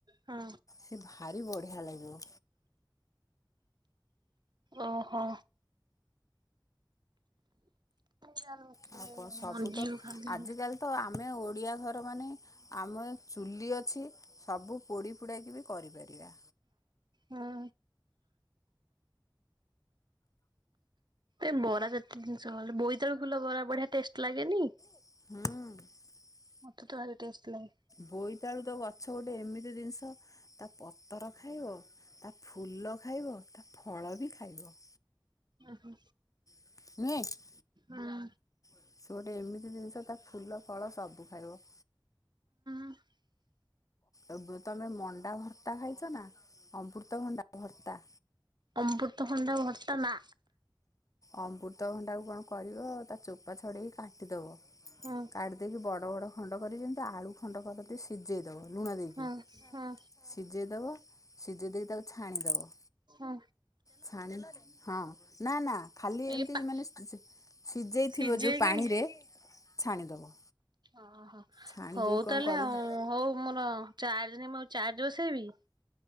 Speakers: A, on the right (about 65°); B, on the left (about 45°).
A: ହଁ
B: ସେ ଭାରି ବଢ଼ିଆ ଲାଗିବ।
A: ଓହୋ। ଛ
B: ଆଉ କଣ ସବୁ
A: ମର୍ଜି
B: ତ
A: ଓ ଖାନ୍ତି
B: ଆଜିକାଲି ତ ଆମେ ଓଡ଼ିଆ ଘର ମାନେ ଆମର ଚୁଲି ଅଛି ସବୁ ପୋଡ଼ି ପୋଡ଼ାଇକି ବି କରିପାରିବା।
A: ହୁଁ। ଏ ବରା ଯେତେ ଜିନିଷ ଗଲେ ବୋଇତାଳ ଫୁଲ ବରା ବଢିଆ ଟେଷ୍ଟ ଲାଗେନି।
B: ହୁଁ।
A: ମତେ ତ ଭାରି ଟେଷ୍ଟ ଲାଗେ।
B: ବୋଇତାଳୁ ତ ଗଛ ଗୋଟେ ଏମିତି ଜିନିଷ ତା ପତର ଖାଇବ
A: ହୁଁ।
B: ତା ଫୁଲ ଖାଇବ ତା ଫଳ ବି ଖାଇବ।
A: ଓ ହୋ।
B: <inaudible>
A: ହଁ।
B: ସେ ଗୋଟେ ଏମିତି ଜିନିଷ ତା ଫୁଲ ଫଳ ସବୁ ଖାଇବ।
A: <unintelligible>
B: ଏବେ ତମେ ମଣ୍ଡା ଭର୍ତ୍ତା ଖାଇଛ ନା ଅମୃତ ଭଣ୍ଡା ଭର୍ତ୍ତା?
A: ଅମ୍ବୃତ ଖଣ୍ଡା ଭର୍ତ୍ତା ନା।
B: ଅମୃତଭଣ୍ଡାକୁ କଣ କରିବ ତା ଚୋପା ଛଡ଼େଇକି କାଟିଦବ
A: ହୁଁ
B: କାଢି ଦେଇେଇକି ବଡ ବଡ ଖଣ୍ଡ କରି ଯେମିତି ଆଳୁ ଖଣ୍ଡ କର ସିଝେଇ ସେଇ ଦେବ ଲୁଣ ଦେଇକି
A: ହୁଁ ହୁଁ
B: ସିଝେଇ ଦେବ ସିଝେଇ ଦେଇକି ତାକୁ ଛାଣିଦବ।
A: ହଁ।
B: ଛାଣ ହଁ ନା ନା ଖାଲି ଏମିତି
A: ଏ ପା
B: ମାନେ ସିଝେଇଥିବ
A: ସିଝେଇକି
B: ଯୋଉ ପା ପାଣିରେ ଛାଣିଦବ।
A: ଓହୋ
B: ଛାଣି
A: ହଉ
B: ଦେଇକି କଣ
A: ତାହେଲେ
B: କରିବୁ
A: ଆଉ ହଉ ମୋର ଚାର୍ଜ ନାହିଁ ଚାର୍ଜ ବସେଇବି